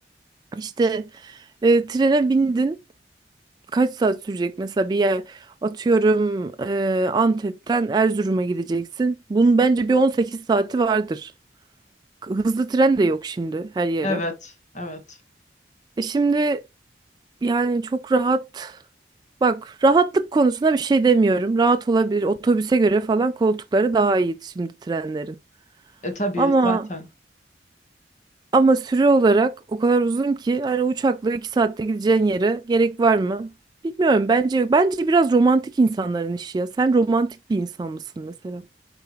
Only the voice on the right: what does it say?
İşte e, trene bindin. Kaç saat sürecek mesela bir yer atıyorum e, Antep'ten Erzurum'a gideceksin. Bunun bence bir 18 saati vardır hızlı tren de yok şimdi her yere.
E şimdi yani çok rahat. Bak rahatlık konusuna bir şey demiyorum. Rahat olabilir. Otobüse göre falan koltukları daha iyi şimdi trenlerin.
Ama
ama süre olarak o kadar uzun ki hani uçakla iki saatte gideceğin yere gerek var mı? Bilmiyorum. Bence bence biraz romantik insanların işi ya. Sen romantik bir insan mısın mesela?